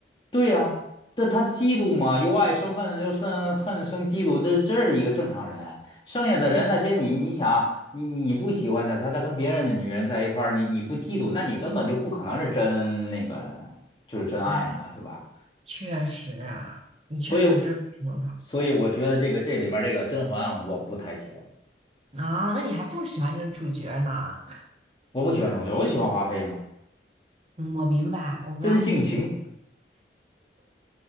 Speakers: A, on the left; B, on the right.
A: 对呀、这他嫉妒嘛，由爱生恨，由恨恨生嫉妒，这这是一个正常人。剩下的人那些你你想你你不喜欢的，
B: 嗯，
A: 他他跟别人的女人在一块儿，你你不嫉妒，那你根本就不可能是真那个就是真爱嘛，
B: 哎，
A: 是吧？
B: 确实啊，你确实有这种说法
A: 所以所以我觉得这个这里面这个甄嬛啊我不太喜欢，
B: 啊，那你还不喜欢这个主角呢？
A: 我不喜欢主角，我喜欢华妃嘛，
B: 嗯我明白，我明白。
A: 真性情